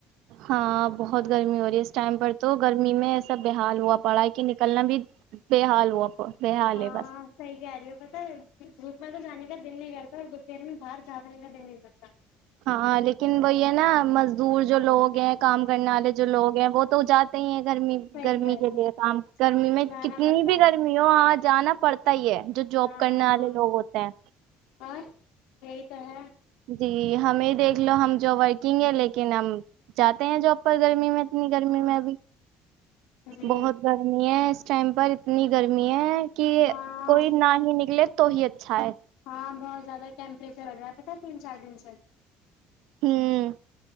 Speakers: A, on the right; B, on the left.
A: ہاں بہت گرمی ہو رہی ہے اس ٹائم پر تو گرمی میں ایسا بے حال ہوا پڑا ہے کہ نکلنا بھی بے حال ہوا بے حال
B: ہاں
A: ہے بس
B: صحی کہہ رہی ہو بس دھوپ میں تو جانے کا دل نہیں کرتا اور دوپہر میں باہر جاانے کا دل نہیں کرگتا
A: ہاں لیکن وہ یہ ہے نا مزدور جو لوگ ہیں کام کرنے والے جو لوگ ہیں وہ تو ج تو <inaudible> گرمی
B: صحیح
A: گرمی
B: کہہ
A: کے
B: رہی ہو
A: لیے کام گرمی میں
B: جانا
A: کتنی
B: پڑتا
A: بھی
B: ہے
A: گرمی ہو وہاں جانا پڑتا ہی ہے جو جاب
B: ہاں
A: کرنے والے
B: ہاں
A: لوگ ہوتے ہیں
B: اور یہی تو ہے <unintelligible>
A: جی ہمیں دیکھ لو ہم جو ورکنگ ہے لیکن ہم جاتے ہیں جاب پر گرمی میں اتنی گرمی
B: ہاں
A: میں ابھی
B: جی
A: بہت گرمی ہے <unintelligible> اس ٹائم پر اتنی گرمی ہے کہ
B: ہاں
A: کوئی نہ ہی نکلے تو ہی اچھا ہے
B: ہاں بہت زیادہ ٹیمپریچر لگ رہا پ تھا تین چار دن سے
A: ہوں